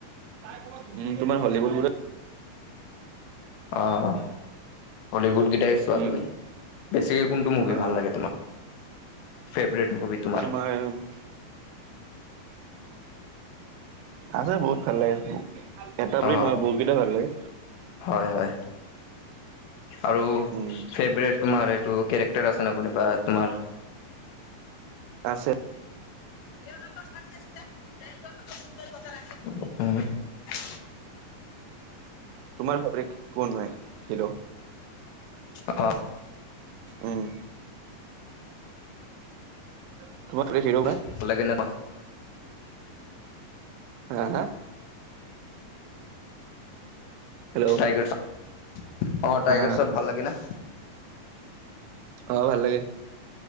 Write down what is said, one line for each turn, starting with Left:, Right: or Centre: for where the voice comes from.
Right: উম', তোমাৰ হলিউড বো
Left: অ'। হলিউড কিটাইয়ে চোৱা
Right: উম
Left: তুমি, বেছিকৈ কোনটো মুভি
Right: অ'
Left: ভাল লাগে তোমাক? ফেভৰেট মুভি তোমাৰ?
Right: <unintelligible> আছে বহুত ভাল লাগে, এটা বুলি
Left: অ
Right: নহয় বহুত কেইটা ভাল লাগে।
Left: হয়, হয়, আৰু
Right: উম
Left: ফেভৰেট তোমাৰ এইটো কেৰেক্টাৰ আছে ন', কোনোবা তোমাৰ।
Right: আছে।
Left: <unintelligible>
Right: তোমাৰ ফেভৰেট কোন হয়, হিৰো?
Left: অ'।
Right: উম <unintelligible>
Left: <unintelligible>
Right: হা, হা? হেল্ল'।
Left: টাইগাৰ অ' টাইগাৰচব
Right: হা
Left: ভাল লাগে ন?
Right: অ', ভাল লাগে।